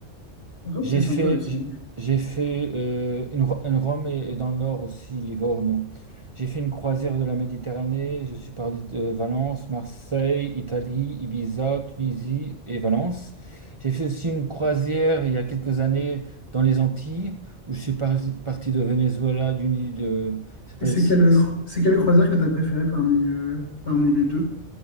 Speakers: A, on the left; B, on the right.
A: Le rhum,
B: J'ai
A: c'est sympa
B: fait,
A: aussi.
B: j'ai j'ai fait euh, une, Ro- une Rome et, et dans le nord aussi, Livorno. J'ai fait une croisière de la Méditerranée. Je suis parti de euh, Valence, Marseille, Italie, Ibiza, Tunisie et Valence. J'ai fait aussi une croisière il y a quelques années dans les Antilles, où je suis parti, parti de Venezuela, d'une île de, qui s'appelle,
A: Et c'est
B: S-
A: quelle,
B: S-
A: cro- c'est quelle croisière que tu as préférée parmi, euh, parmi les deux?